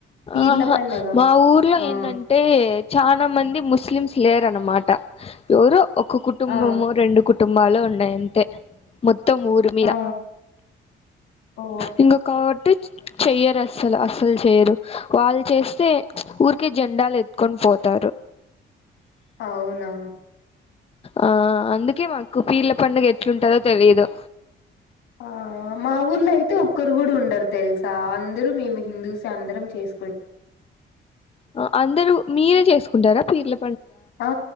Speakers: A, on the left; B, on the left.
A: పీర్ల
B: ఆహా
A: పండగ
B: మా ఊర్లో
A: ఆ
B: ఏంటంటే చానా మంది ముస్లింస్ స్లేర్ అన్నమాట ఎవరో ఒక కుటుంబమొ
A: ఆ
B: రెండు కుటుంబాలో ఉన్నాయి అంతే మొత్ త్తం ఊరుమీద
A: ఆ ఓ
B: ఇంగో టె చెయ్యరు అస్సల అస్సలు చేయరు వాళ్ళు చేస్తే ఊరికే జెండాలు ఎత్తుకొని పోతారు
A: అవునా
B: ఆ అందుకే మాకు పీర్ల పండగ ఎట్లుంటదో తెలీయదు
A: ఆ మా ఊర్లో అయితే ఒక్కరు కూడా ఉండరు తెలుసా అందరూ మేము హిందూస్ ఏ అందరం చేస్
B: ఆ అందరూ మీరే చేస్ కుంటర పీర్ల్ల
A: ఆ